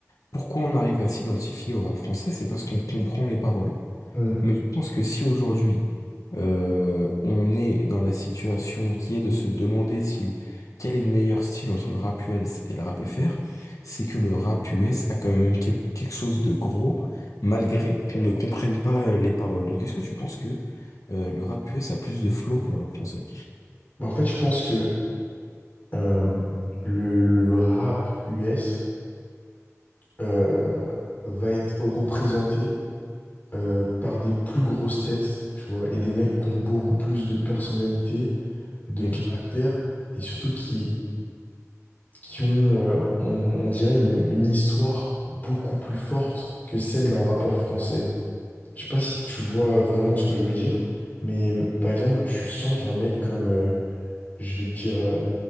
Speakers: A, on the left (about 90°); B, on the left (about 35°).
A: pourquoi on arrive à s'identifier au rap français, c'est parce qu'on comprend les paroles.
B: Hmm.
A: Mais je pense que si aujourd'hui euh, on est dans la situation qui est de se demander s'il- quel est le meilleur style entre le rap US et le rap FR, c'est que le rap US a quand même quel- quelque chose de gros, malgré qu'on ne comprenne pas euh, les paroles. Donc est-ce que tu penses que euh, le rap US a plus de flow que le rap français?
B: Bah, En fait, je pense que euh, le, le rap US, euh, va être représenté euh, par des plus grosses têtes, tu vois, et des mecs qui ont beaucoup plus de personnalité, de
A: Ok.
B: caractère, et surtout qui, qui ont, euh, on, on dirait, une, une histoire beaucoup plus forte que celle d'un rappeur français. Je sais pas si tu vois vraiment ce que je veux dire, mais euh, par exemple, tu sens qu'un mec comme, euh, je vais te dire, euh,